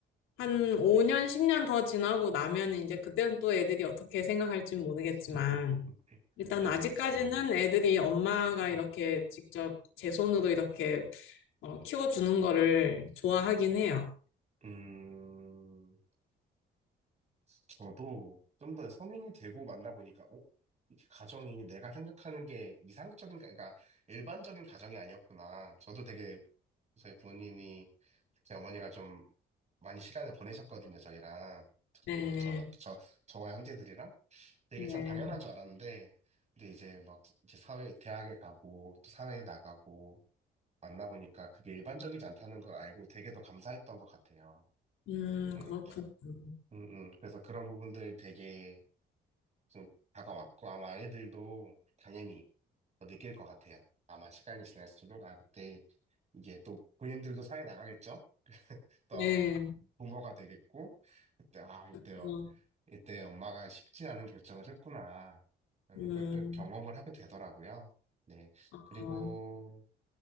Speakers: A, on the left; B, on the right.
A: 한 5년, 10년 더 지나고 나면 이제 그때는 또 애들이 어떻게 생각할진 모르겠지만
B: <laughs>
A: 일단
B: 네네.
A: 아직까지는 애들이 엄마가
B: 음,
A: 이렇게 직접 제 손으로 이렇게 어, 키워주는 거를 좋아하긴 해요.
B: 음, 저도 좀 더 성인이 되고 만나보니까, 어? 이렇게 가정이 내가 생각하는 게 이상적인, 가- 그러니까 일반적인 가정이 아니었구나. 저도 되게 저희 부모님이 특히 어머니가 좀 많이 시간을 보내셨거든요, 저희랑. 저,
A: 네,
B: 또 저, 저, 저와 형제들이랑. 근데
A: 네.
B: 이게 참 당연한 줄 알았는데, 근데 이제 막 이제 사회, 대학에 가고 또 사회에 나가고 만나보니까 그게 일반적이지 않다는 걸 알고 되게 더 감사했던 것 같아요.
A: 음,
B: 음,
A: 그렇군요.
B: 음, 음. 그래서 그런 부분들 되게 좀 다가왔고 아마 아이들도 당연히 더 느낄 것 같아요. 아마 시간이 지날수록 아, 그때 이게 또 본인들도 사회 나가겠죠? 더
A: 네,
B: 부모가 되겠고, 그때, 아, 이때, 어-
A: 그래서,
B: 이때 엄마가 쉽지 않은 결정을 했구나. 라는
A: 음,
B: 걸 또 경험을 하게 되더라고요. 네.
A: 어,
B: 그리고,